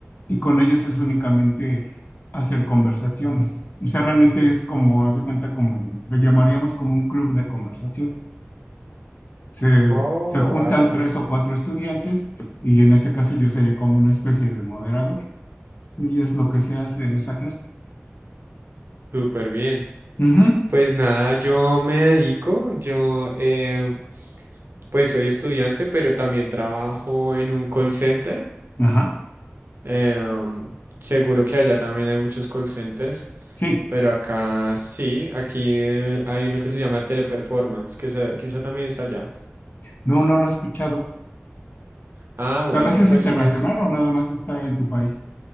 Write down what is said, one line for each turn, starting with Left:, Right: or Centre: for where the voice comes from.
Left: y con ellos es únicamente hacer conversaciones. O sea, realmente es como, haz de cuenta, como le llamaríamos como un club de conversación. Se,
Right: oh,
Left: se juntan
Right: vale.
Left: tres o cuatro estudiantes y en este caso yo sería como una especie de moderador y es lo que se hace en esa clase.
Right: Súper bien.
Left: Ujú,
Right: Pues nada, yo me dedico, yo eh, pues soy estudiante, pero también trabajo en un call center.
Left: Ajá,
Right: Eh, seguro que allá también hay muchos call centers,
Left: sí,
Right: pero acá sí, aquí eh, hay uno que se llama Teleperformance, que sa- quizá también está allá.
Left: no, no lo he escuchado.
Right: Ah, bueno,
Left: ¿Pero ese
Right: pues
Left: es internacional
Right: en es-
Left: o nada más está en tu país?